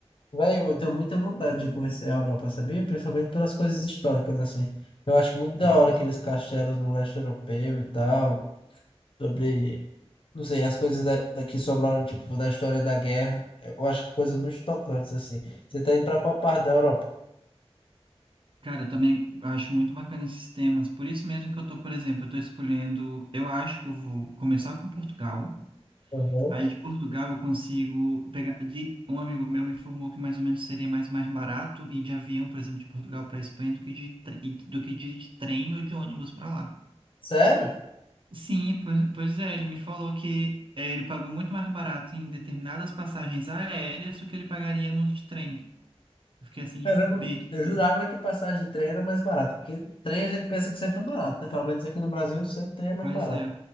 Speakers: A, on the left (about 55°); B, on the right (about 50°).
A: Véi, eu tenho muita vontade de conhecer a Europa, sabia? Principalmente pelas coisas históricas, assim. Eu acho muito da
B: Sim,
A: hora
B: com
A: aqueles
B: certeza.
A: castelos no leste europeu e tal, sobre Não sei, as coisas da, daqui sobraram, tipo, da história da guerra. Eu acho coisas muito tocantes, assim. Você tá indo pra qual parte da Europa?
B: Cara, eu também acho muito bacana esses temas. Por isso mesmo que eu tô, por exemplo, eu tô escolhendo, eu acho que eu vou começar com Portugal.
A: Aham.
B: Aí de Portugal eu consigo pegar. De, um amigo meu me informou que mais ou menos seria mais, mais barato ir de avião, por exemplo, de Portugal para Espanha do que de, tre- e- do que de trem ou de ônibus para lá.
A: Sério?
B: Sim, pois, pois é, ele me falou que é, ele pagou muito mais barato em determinadas passagens aéreas do que ele pagaria no de trem. Eu fiquei assim
A: Caramba,
B: de besta.
A: eu
B: também.
A: jurava que passagem de trem era mais barata, porque trem a gente pensa que sempre é barato, né? Pelo menos aqui no Brasil, sempre trem é mais
B: Pois
A: barato.
B: é.